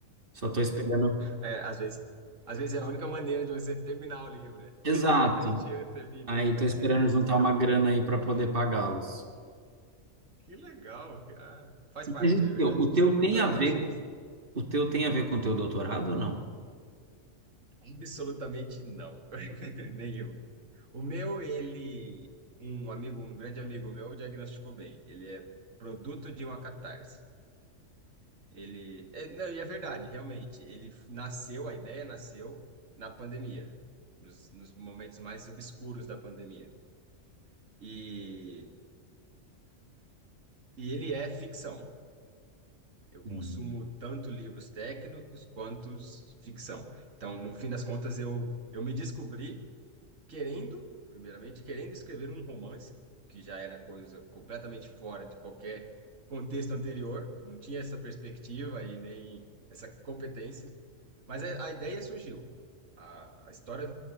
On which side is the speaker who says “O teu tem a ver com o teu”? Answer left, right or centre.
Right